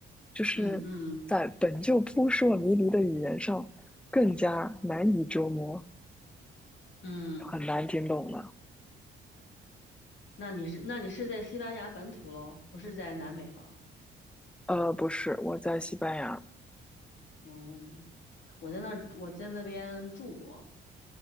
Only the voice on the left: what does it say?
<clears throat> 嗯嗯，
那你是那你是在西班牙本土喽，不是在南美吧？
哦，我在那儿我在那边住过，